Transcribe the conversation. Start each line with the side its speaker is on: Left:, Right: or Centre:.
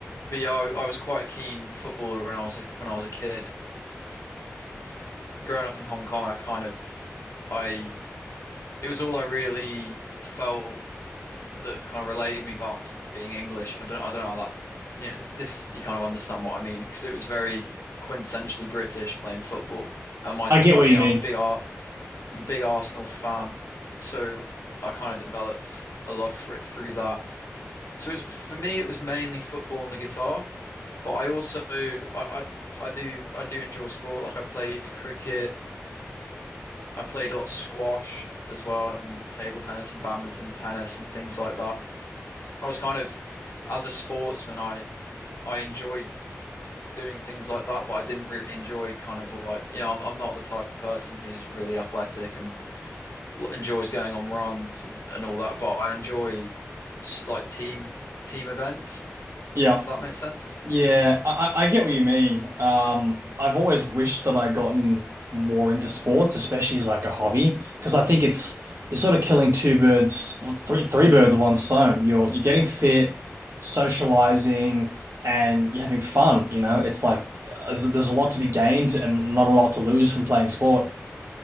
Left: but yeah, I, I was quite a keen footballer when I was a, when I was a kid. Growing up in Hong Kong, I kind of I it was all I really felt that kind of related me back to being English. I don't I don't know how that you know if you kind of understand what I mean because it was very quintessentially British playing football. And my
Right: get
Left: I,
Right: what
Left: you
Right: you
Left: know
Right: mean.
Left: I'm a big art big Arsenal fan, so I kind of developed a love for it through that. So it's for me, it was mainly football and the guitar, but I also I, I I do I do enjoy sport. Like I played cricket, I played a lot of squash as well, and table tennis and badminton, tennis and things like that. I was kind of as a sportsman, I I enjoyed doing things like that, but I didn't really enjoy kind of like you know I'm I'm not the type of person who's really athletic and like, enjoys going on runs and, and all that, but I enjoy like team team events,
Right: Yeah.
Left: if that makes sense.
Right: Yeah, I, I I get what you mean. Um, I've always wished that I'd gotten more into sports, especially as like a hobby, because I think it's you're sort of killing two birds, well, three three birds with one stone. You're you're getting fit, socializing, and you're having fun. You know, it's like uh, there's there's a lot to be gained and not a lot to lose from playing sport.